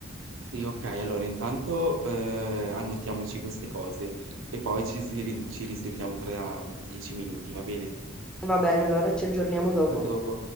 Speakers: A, on the right (about 75°); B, in the centre.
A: Sì, ok, allora intanto eh, annotiamoci queste cose e poi ci, si ri- ci risentiamo tra dieci minuti, va bene?
B: Va bene, allora ci aggiorniamo dopo.
A: A dopo.